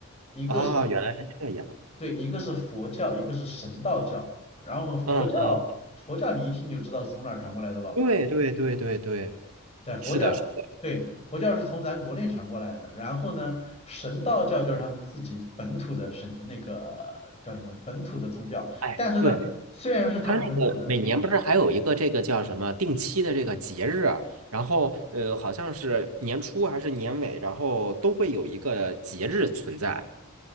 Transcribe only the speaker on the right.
啊，原来是这样。
嗯嗯，对对对对对。
是的，是的，
哎，
对，
他那个每年不是还有一个这个叫什么定期的这个节日啊然后呃，
好像是年初还是年尾，然后都会有一个节日存在。